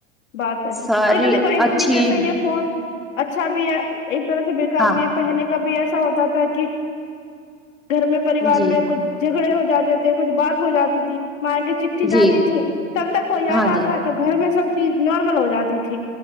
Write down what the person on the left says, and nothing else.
بات ہے
لیکن دیکھو ایک
طریقے سے یہ فون اچھا بھی ہے ایک طرح سے بیکار
بھی ہے پہلے کبھی ایسا ہوتا تھا کہ گھر میں پریوار
میں کچھ جھگڑے ہو جاتے تھے کچھ بات ہو جاتی تھی مار کے چٹھی جاتی
تھی تب تک کوئی
آتا
تھا تو گھر میں سب چیز نارمل ہو جاتی تھی